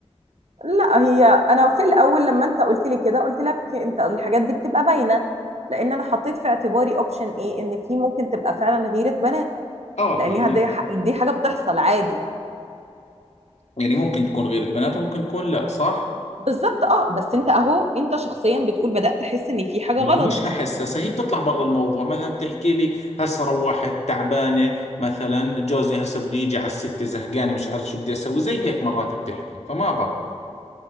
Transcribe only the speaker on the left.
آه
يعني
يعني ممكن تكون غيرة بنات وممكن تكون لا صح
ما
هو مش أحس هسه هي بتطلع برا الموضوع مثلا بتحكي لي هسه روحت تعبانة مثلا جوزي هسه بده يجي على الستة زهقانة مش عارف شو بدي أسوي زي هيك مرات بتحكي فما بعرف